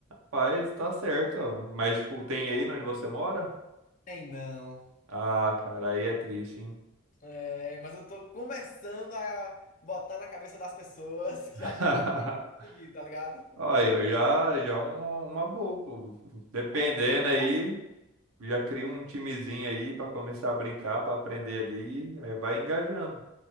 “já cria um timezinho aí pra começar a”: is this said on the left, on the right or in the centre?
Right